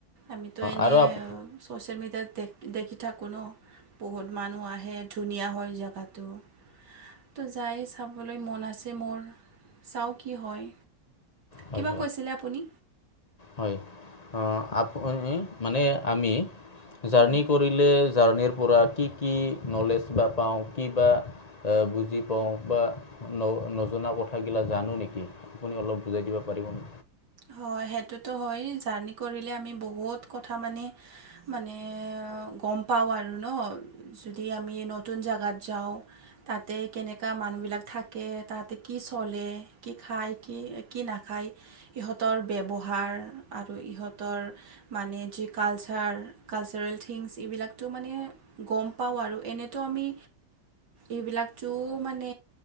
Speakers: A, on the right; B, on the left.
A: আমিতো এনেই
B: আৰু আপ
A: ছ'চিয়েল মিডিয়াত দেখ দেখি থাকোঁ ন? বহুত মানুহ আহে, ধুনীয়া হয় জাগাটো। তো যায় চাবলৈ মন আছে, মোৰ চাওঁ কি হয়।
B: হয়,
A: কিবা কৈছিলে আপুনি
B: হয়। আপুনি মানে আমি জাৰ্কৰি
A: উম,
B: কৰিলে জাৰ্ণিৰ পৰা কি কি নলেজ বা পাওঁ কি বা বুজি পাওঁ। বা ন নজনা কথাগিলা জানো নেকি? আপুনি অলপ বুজাই দিব পাৰিব নি
A: হয়, সেইটোতো হয়। জাৰ্ণি কৰিলে আমি বহুত কথা মানে মানে গম পাওঁ আৰু ন যদি আমি নতুন জেগাত যাওঁ। তাতে কেনেকা মানুহবলাক থাকে, তাতে কি চলে কি খায় কি কি নাখায়। ইহঁতৰ ব্যৱহাৰ আৰু ইহঁতৰ মানে যি কালচাৰ কালচাৰেল থিংছ এইবিলাকতো মানে গম পাওঁ, আৰু এনেতো আমি এইবিলাকটো মানে